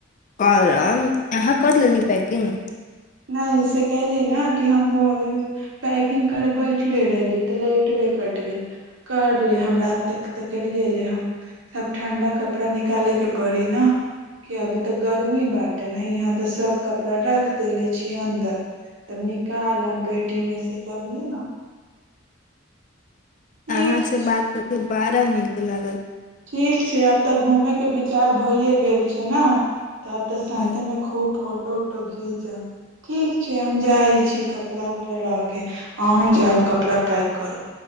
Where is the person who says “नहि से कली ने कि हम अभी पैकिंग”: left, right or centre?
Right